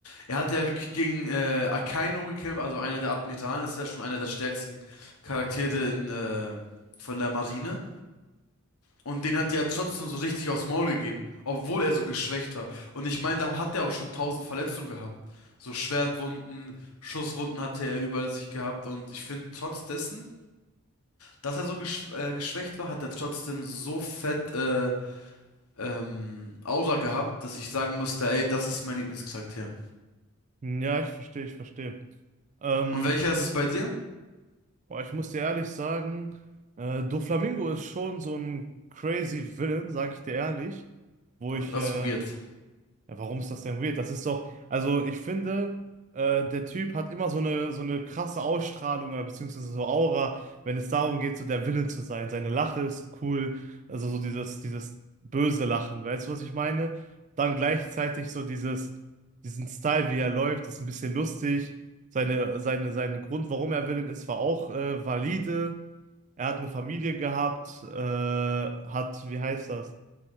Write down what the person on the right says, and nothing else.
Hm, Ja, ich verstehe, ich verstehe. Ähm,
boah, ich muss dir ehrlich sagen, äh, Doflamingo ist schon so ein crazy Villain, sag ich dir ehrlich, wo ich
äh,
Ja, warum ist das denn weird? Das ist doch, also ich finde, äh, der Typ hat immer so eine, so eine krasse Ausstrahlung oder beziehungsweise so Aura, wenn es darum geht, so der Villain zu sein. Seine Lache ist cool, also so dieses, dieses böse Lachen, weißt du, was ich meine? Dann gleichzeitig so dieses, diesen Style, wie er läuft, ist ein bisschen lustig. Seine, seine, sein Grund, warum er Villain ist, war auch äh, valide. Er hat eine Familie gehabt, äh, hat, wie heißt das?